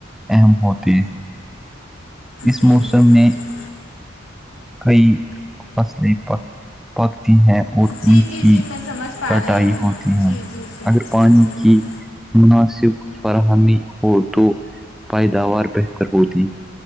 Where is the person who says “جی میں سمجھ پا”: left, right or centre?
Left